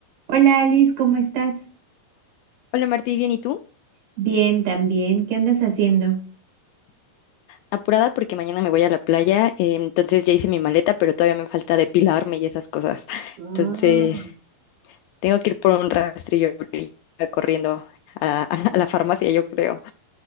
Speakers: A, on the right (about 75°); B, on the left (about 85°).
A: Hola Alice, ¿cómo estás?
B: Hola Martí, bien, ¿y tú?
A: Bien, también. ¿Qué andas haciendo?
B: Apurada porque mañana me voy a la playa, eh, entonces ya hice mi maleta, pero todavía me falta depilarme y esas cosas. <laughs>
A: Mm.
B: Entonces, tengo que ir por un rastrillo ahorita corriendo a, <laughs> a la farmacia, yo creo.